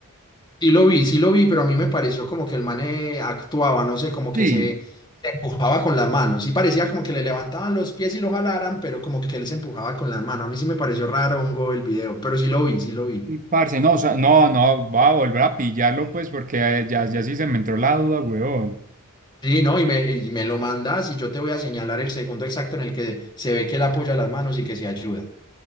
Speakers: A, on the left (about 20°); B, on the right (about 35°).
A: Sí lo vi, sí lo vi, pero a mí me pareció como que el mane actuaba, no sé, como que
B: Sí.
A: se, se empujaba con las manos. Sí parecía como que le levantaban los pies y lo jalaran, pero como que él se empujaba con las manos. A mí sí me pareció raro hongo el video, pero sí lo vi, sí lo vi.
B: Y parce, no, o sea, no, no, va a volver a pillarlo, pues, porque eh, ya, ya sí se me entró la duda, weón.
A: Sí, no, y me, y me lo mandas y yo te voy a señalar el segundo exacto en el que se ve que él apoya las manos y que se ayuda.